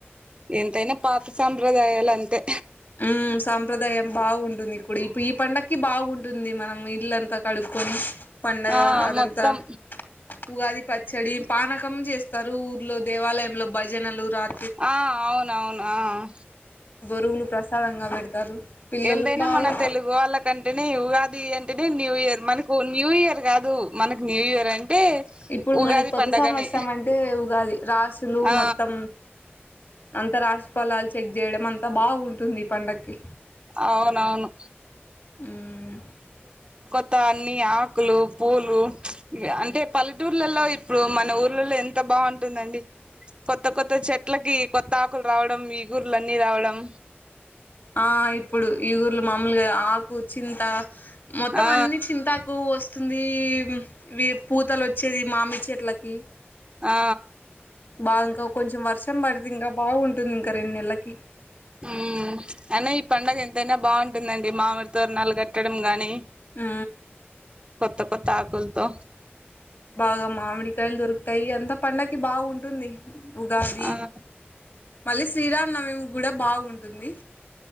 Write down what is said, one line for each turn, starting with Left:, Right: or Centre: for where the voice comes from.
Right: ఎంతైనా పాత సాంప్రదాయాలు అంతే
Left: ఉమ్ సాంప్రదాయం బాగుంటుంది పుడి ఇప్ ఈ పండకి బాగుంటుంది మనం ఇల్లంతా కడుక్కొని పండగ
Right: ఆ
Left: అదంతా
Right: మొత్తం
Left: ఉగాది పచ్ చెడి పానకం చేస్తారు ఊర్లో దేవాలయంలో భజనలు రాత్
Right: ఆహ్ అవున అవునా ఆహ్
Left: బొరుగులు ప్రసాదంగా పెడతారు పిల్లలు
Right: ఎంతైనా
Left: బాగా
Right: మన తెలుగు వాళ్ళ కంటేనే ఉగాది అంటే ఎంటిది న్యూ ఇయర్ మనకు న్యూ ఇయర్ కాదు మనకు న్యూ ఇయర్ అంటే
Left: ఇప్పుడు
Right: ఉగాది
Left: మనకి కొత్త
Right: పండగనే
Left: సంవత్సరం అంటే ఉగాది రాసులు
Right: ఆ
Left: మొత్తం అంత రాసిి ఫలాలు చెక్ చేయడం అంతా బాగుంటుంది ఈ పండక్కి
Right: అవునవును
Left: మ్మ్.
Right: త్తాన్ని ఆకులు పూలు అంటే పల్లెటూర్లలో ఇప్పుడు మన ఊర్లలో ఎంత బాగుంటుందండి కొత్త కొత్త చెట్లకి కొత్త ఆకులు రావడం ఈగుర్లున్నీ రావడం
Left: ఆ ఇప్పుడు ఈ ఊర్ళ మామూలుగా ఆకు చింతా మొత్తం
Right: ఆ
Left: అన్నిీ చింతాకు వస్తు వస్తుంది వ పూతలు వచ్చేది మామి చెట్లకి
Right: ఆ
Left: బాగా ఇంకా కొంచెం వర్షం పడితే ఇంకా బాగుంటుంది ఇంకా రెండు నెలలకి
Right: ఉ అయినా ఈ పండుగ ఎంతయినా బాగుంటుందండి మామిడితోోరణాలు కట్టడం గాని
Left: ఆ
Right: కొత్త కొత్త ఆకులుతో
Left: బాగా మామిడికాయలు దొరుకుతాయి అంతా పండకి బాగుంటుంది ఉగాది
Right: ఆ
Left: మళ్ళీ శ్రీరాం నవిమి కూడా బాగుంటుంది